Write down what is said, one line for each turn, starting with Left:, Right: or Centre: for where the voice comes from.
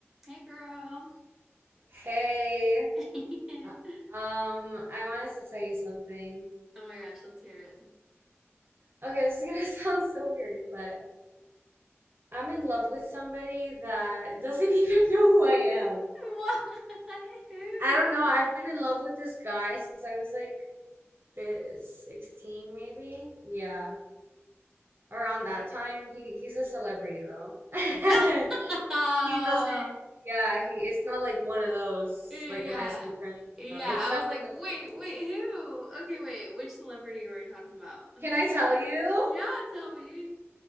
Centre: Hey, girl.
Right: Hey,
Centre: <laughs> oh
Right: uh, um, I wanted to tell you something.
Centre: my gosh, let's hear it.
Right: Okay, this is gonna <laughs> sound so weird, but I'm in love with somebody that doesn't <laughs> even know who I am.
Centre: Why? Who?
Right: I don't know. I've been in love with this guy since I was like fi- 16, maybe. Yeah, around that time. He he's a celebrity though. <laughs>
Centre: <laughs>
Right: He doesn't. Yeah, he. It's not like one of those
Centre: yeah.
Right: like high school crushes.
Centre: Yeah,
Right: No, it's
Centre: I
Right: someone
Centre: was like,
Right: that's
Centre: wait,
Right: like.
Centre: wait, who? Okay, wait, which celebrity were we talking about?
Right: Can I tell you?
Centre: Yeah, tell me.